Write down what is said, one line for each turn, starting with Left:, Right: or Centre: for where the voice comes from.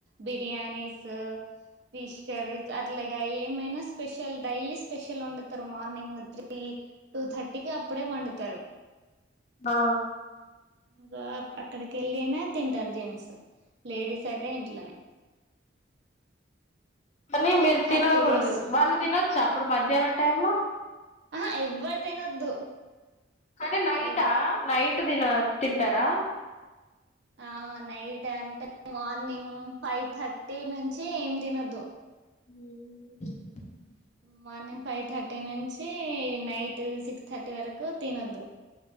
Right: బిర్యానీసు ఫిష్ కరీస్ అట్లాగా ఏమైనా స్పెషల్ డైలీస్ స్పెషల్ వండుతరు మార్నింగ్ త్రీ టూ థర్టీకి అప్పుడే వండుతారు
Left: ఆ
Right: ఇంగా అక్కడికి ఏళ్ళైన తింటారు జెంట్స్ లేడీస్ అయితే ఇంట్లోనే
Left: కానీ
Right: ఇంగ
Left: మీరు
Right: ఈ థర్టీ
Left: తినకుడదు
Right: డేస్
Left: వాళ్ళు తినొచ్చు చ అప్పుడు మధ్యాహ్నం టైము లో
Right: ఆహా ఎవ్వరు తినొద్దు
Left: అది నైట్
Right: ఎవ్
Left: ఆ నైట్ తింటారా
Right: ఆ నైట్ అంటే మార్నింగ్ ఫైవ్ థర్టీ నుంచి ఏం తినొద్దు
Left: ఉమ్
Right: మార్నింగ్ ఫైవ్ థర్టీ నుంచి నైట్ సిక్స్ థర్టీ వరకు తినొద్దు